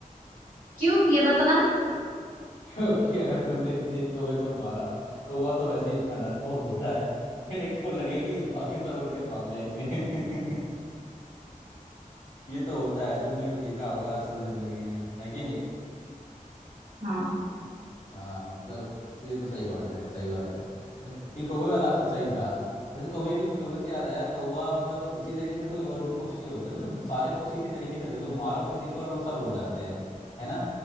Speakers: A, on the right; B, on the left.
A: क्यों ये बताना
B: <laughs> क्योंकि अगर तुमने किसी एक कौवे को मारा कौवा तो वैसे ही इतना डरपोक होता है <laughs> एक को लगेगी बाकी सब उड़ के भाग जाएंगे <laughs> ये तो होता है तुमने भी देखा होगा असल जिंदगी में है कि
A: हाँ
B: हाँ मतलब ये तो सही बात है सही बात है ये कौवे वाला स- सही था वैसे कौवे की कौवे से याद आया कौवा मतलब इसी तरीके से कोई और भी पक्षी होता है मतलब सारे पक्षी इसी तरीके से होते हैं तो मारो किसी को और वो सब उड़ जाते हैं है ना